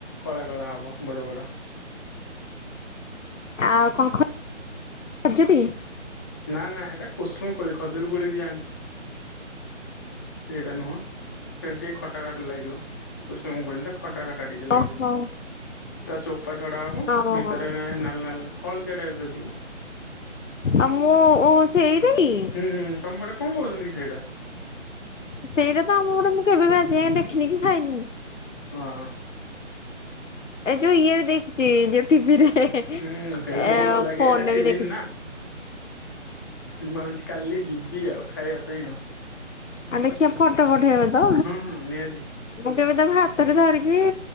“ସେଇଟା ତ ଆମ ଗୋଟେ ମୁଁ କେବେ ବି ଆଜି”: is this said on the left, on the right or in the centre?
Left